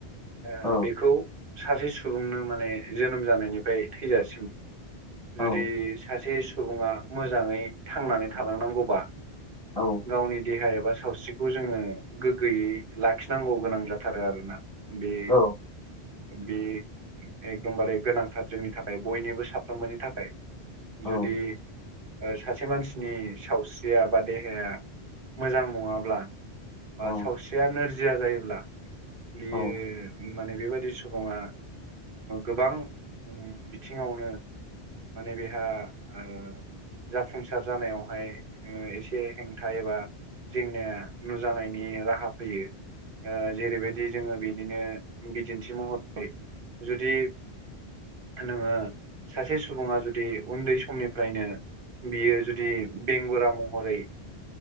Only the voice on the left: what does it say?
औ
औ
औ
औ
औ
औ
औ